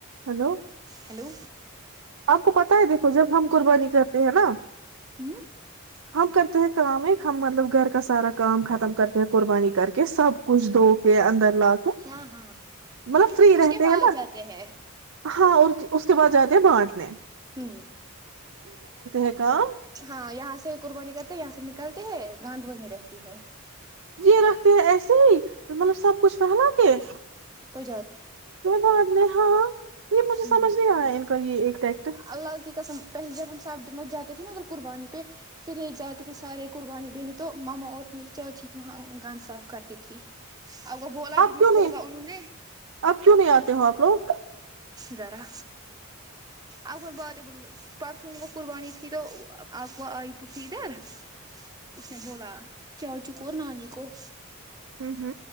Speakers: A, on the right; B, on the right.
A: hello
B: hello
A: آپ کو پتا ہے دیکھو جب ہم قربانی کرتے ہیں نا
B: ہوں
A: ہم کرتے ہیں کام ایک ہم مطلب گھر کا سارا کام ختم کر کے قربانی کر کے سب کچھ دھو پ اندر لا کے
B: ہاں ہاں
A: مطلب فری رہتے
B: اس کے بعد
A: ہیں نا
B: جاتے ہیں
A: ہاں اور اس کے بعد جاتے ہیں بانھ اپ
B: ہ
A: ہیں کام
B: ہاں یہاں سے قربانی کرتے یہاں سے کرلتے ہے گاند وہیں رہتی ہے
A: یہ رکھتے ہیں ایسے ہی مطلب سب کچھ رہلا کے
B: تو
A: بان ہاں یہ مجھے
B: ہ
A: سمجھ نہیں آیا ان کا یہ ایک ٹیکٹر
B: اللہ کی قسم پہلے جب ہم صاحبت جاتے تھے نا ا قربانی پہ پھر یہ جاتے تھے سارے قربانی دینے تو ماما اور میری چاچی وہاں گان صاف کرتی تھی اور وہ بولاب
A: آپ کیوں
B: میںت ہوگا
A: نہیں
B: انہوں نے
A: آپ کیوں نہیں آتے ہو آپ لوگ
B: ذرا اب باتیں بول پرسوں ان کو قربانی تھی تو اب وہ آئی پوی ادھر اس نے بولا چا چوک نانی کو
A: ہ ہ